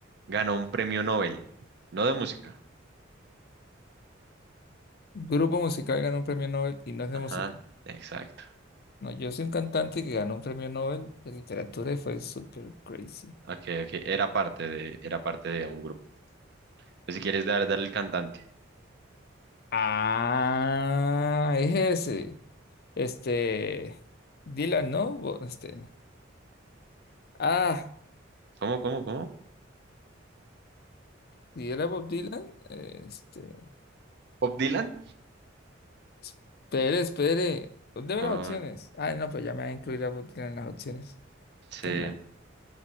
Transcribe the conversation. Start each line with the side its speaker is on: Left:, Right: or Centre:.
Right: ganó un premio Nobel? No de música.
Left: Grupo musical ganó un premio Nobel y no es de
Right: Ajá,
Left: música.
Right: exacto.
Left: No, yo soy un cantante que ganó un premio Nobel de literatura y fue súper crazy.
Right: Ok, ok. Era parte de, era parte de un grupo. Pues Si quieres dar, dar el cantante.
Left: Ah, es ese. Este, Dylan, ¿no? Bo- Este, ah,
Right: ¿Cómo, cómo, cómo?
Left: si era Bob Dylan, este.
Right: ¿Bob Dylan?
Left: Espere, espere. Deme
Right: Ah,
Left: las opciones. Ay, no, pues ya me van a incluir a Bob Dylan en las opciones.
Right: sí.
Left: Tan mal.